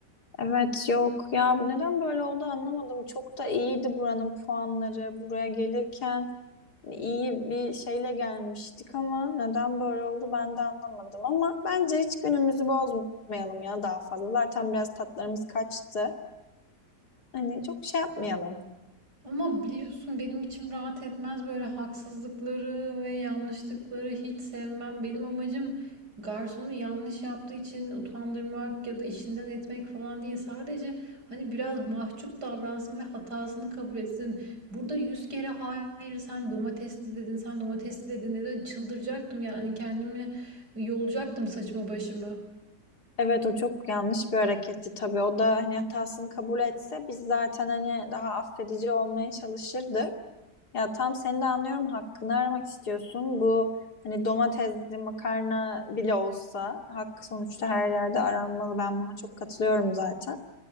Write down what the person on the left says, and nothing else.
Evet yok ya neden böyle oldu anlamadım. Çok da iyiydi buranın puanları. Buraya gelirken iyi bir şeyle gelmiştik ama neden böyle oldu ben de anlamadım. Ama bence hiç günümüzü bozmayalım ya daha fazla. Zaten biraz tatlarımız kaçtı. Hani çok şey yapmayalım.
Evet o çok yanlış bir hareketti tabii. O da hani hatasını kabul etse biz zaten hani daha affedici olmaya çalışırdık. Ya tam seni de anlıyorum hakkını aramak istiyorsun. Bu hani domatesli makarna bile olsa hakkı sonuçta her yerde aranmalı. Ben buna çok katılıyorum zaten.